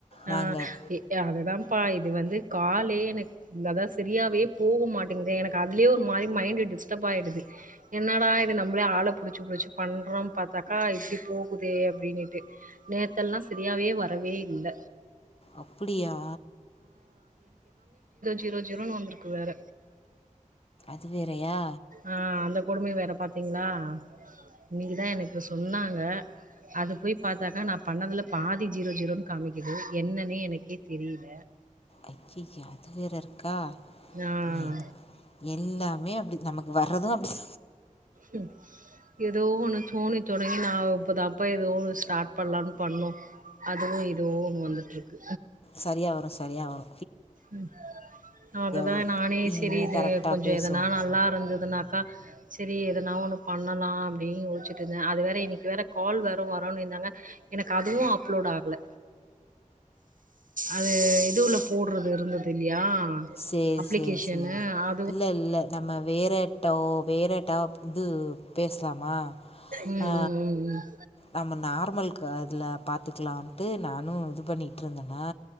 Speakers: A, on the left; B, on the right.
A: நாங்கள்
B: ஆ ஏ அததா பா இது வந்து காலே எனக் இந்ததா செரியாவே போக மாட்டிங்குதே எனக்கு அதுலியே ஒரு மாரி மைண்டு டிஸ்டப் ப்பாயிடுது என்னடா இது நம்பளே ஆள புடிச்சு புடிச்சு பண்றோம் பாத்தாக்கா இப்டி போகுதே அ ப்டினிட்டு நேத்தெல்லா செரியாவே வரவே இல்ல
A: அப்பிடியா
B: ஜீரோ ஜீரோனு வந்துருக்கு வேற
A: இது வேறயா
B: ஆ அந்த கொடுமைய வேற பாத்திங்ளா இன்னிக்குதா எனக்கு சொன்னாங்க அது போய் பாத்தாக்கா நா பண்ணதுல பாதி ஜீரோ ஜீரோன் காமிக்கிது என்னனே எனக்கே தெரியில
A: அய்யய்ய அது வேற இருக்கா
B: ஆ.
A: ஏய் எல்லாமே அ நமக்கு வர்றது அப்டி
B: ம்ஹு எதோ ஒன்னு தோணி தொடங்கி நாவ் இப்ப தாப்பா எதோ ஒனு ஸ்டாட் பண்லான் பண்ணோ அதுவு எதுவோ ஒன்னு வந்துட்ருக்கு
A: சரியா வரு சரியா வரு
B: ம் அதுதா
A: வரும்
B: நானே
A: இனிமேல்
B: செரி இது
A: கரெக்டாக
B: கொஞ்சொ
A: பேசுவோம்
B: எதனா நல்லாருந்து அதுனாக்கா செரி எதுனா ஒன்னு பண்ணலா ப்டின் யோச்சுட்ருந்தே அது வேற இன்னிக்கு வேற கால் வேற வருனிந்தாங்க எனக்கு அதுவு அப்லோடு ஆகல அது இது உள்ள போட்றது இருந்துது இல்லியா அ
A: சேரி
B: அப்ளிகேஷனு
A: சேரி சேரி
B: ஆ
A: இல்ல இல்ல நம்ம வேறட்டவோ வேற டாப் இது பேசலாமா
B: ம்
A: அ
B: ம் ம் ம்
A: நம்ம நார்மல்க் க அதுல பாத்துக்லான்ட்டு நானு இது பண்ணிகிட்ருந்தனா